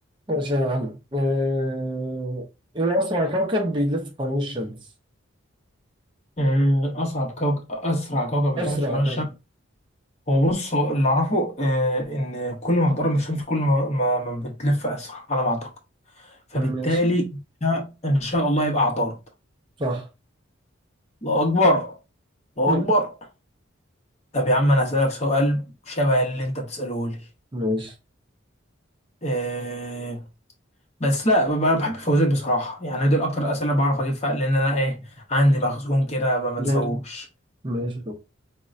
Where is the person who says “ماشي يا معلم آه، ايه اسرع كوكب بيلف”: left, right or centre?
Right